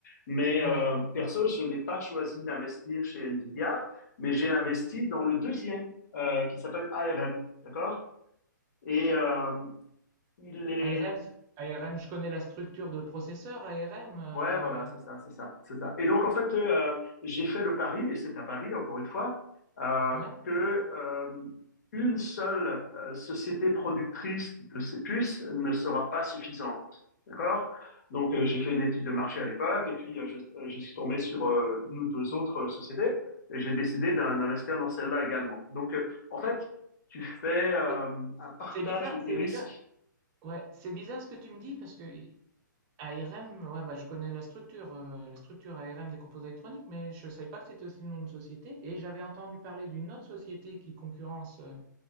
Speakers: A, on the left; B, on the right.
A: Mais
B: Ouais.
A: euh, perso, je n'ai pas choisi d'investir chez Nvidia, mais j'ai investi dans le deuxième, euh, qui s'appelle ARM. D'accord? Et euh, il est...
B: ARM, c- ARM, je connais la structure de processeur ARM. euh,
A: Ouais, voilà, c'est ça, c'est ça, c'est ça. Et donc, en fait, euh, j'ai fait le pari, et c'est à Paris, encore une fois, euh,
B: ouais.
A: que euh, une seule euh, société productrice de ces puces ne sera pas suffisante. D'accord? Donc, euh, j'ai fait une étude de marché à l'époque, et puis euh, je, euh, je suis tombé sur euh, une ou deux autres euh, sociétés, et j'ai décidé d'in- d'investir dans celle-là également. Donc, euh, en fait, tu fais euh,
B: C'est
A: un partage
B: c'est bizarre,
A: de tes
B: c'est
A: risques.
B: bizarre. Ouais, c'est bizarre ce que tu me dis parce que ARM, ouais, bah, je connais la structure, euh, la structure ARM des composants électroniques, mais je ne savais pas que c'était aussi le nom de société. Et j'avais entendu parler d'une autre société qui concurrence. euh,